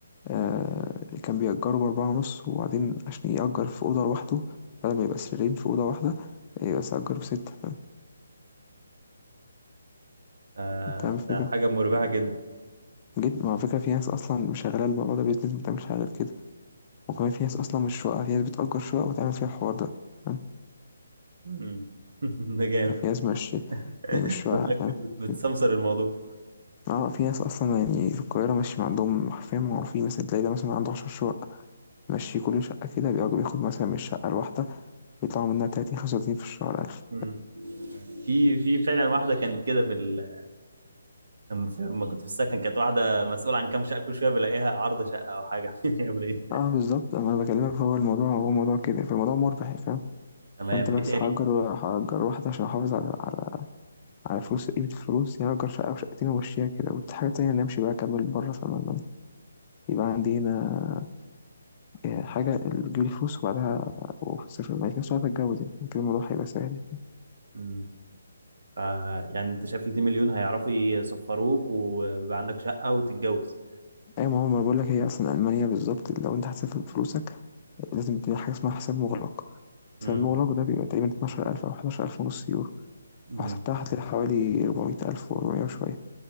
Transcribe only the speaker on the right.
آه،
ده حاجة مربحة جدا
امم <laughs> ده جامد
<laughs>
بتأجل
بت-
بتسمسر الموضوع
مم. في في فعلا واحده كانت كده في ال... لما في- لما كنت في السكن كانت واحده مسؤوله عن كام شقه كل شويه بلاقيها عارضه شقه او حاجه <laughs> يا وليه
تمام
ايه تاني
مم. ف... يعني انت شايف ال 2 مليون هيعرفوا يسفروك ويبقى عندك شقه وتتجوز
مم.
مم.